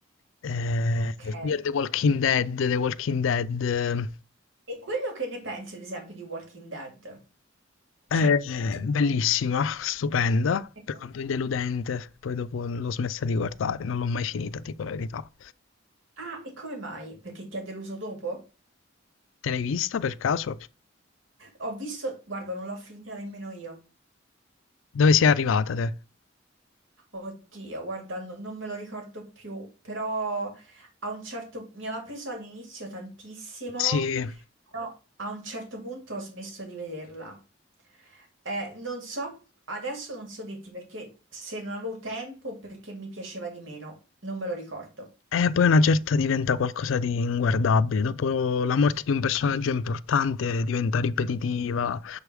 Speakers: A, on the left (about 75°); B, on the right (about 75°).
A: eh,
B: Ok.
A: Fear the Walking Dead, The Walking Dead,
B: E quello che ne pensi, ad esempio, di Walking Dead?
A: eh,
B: Cioè,
A: eh,
B: ti...
A: bellissima, <laughs> stupenda,
B: <laughs>
A: però poi deludente, poi dopo l'ho smessa di guardare, non l'ho mai finita, dico la verità.
B: Ah, e come mai? Perché ti ha deluso dopo?
A: Te l'hai vista per caso?
B: Ho visto, guarda, non l'ho finita nemmeno io.
A: Dove sei arrivata te?
B: Oddio, guarda, no- non me lo ricordo più, però a un certo mi aveva preso all'inizio tantissimo,
A: Sì,
B: però a un certo punto ho smesso di vederla. Eh, non so, adesso non so dirti perché se non avevo tempo o perché mi piaceva di meno, non me lo ricordo.
A: e poi una certa diventa qualcosa di inguardabile. Dopo la morte di un personaggio importante diventa ripetitiva.